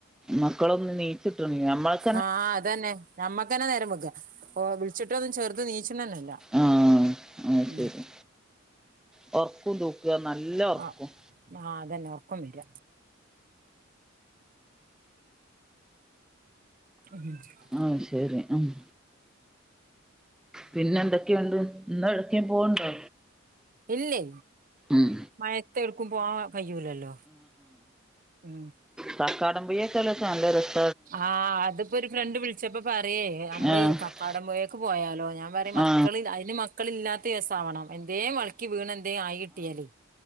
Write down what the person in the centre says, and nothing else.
മക്കളൊന്നും നീച്ച്ട്ടണെ ഞമ്മള്
ആഹ ആഹ്ശരി
പൊ ക്കും തൂക്കാ നല്ല ഒർക്കും
ആഹ ശരി ആഹ് പിന്നെ എന്തൊക്കെയുണ്ട് ഇന്ന് എഡ് ക്കേം പോവ്ണ്ടോ
ഉം
കക്കാടംപൊയെ ഒക്കെ ഉള്ളോർക് നല്ലരസ
ആ
ആ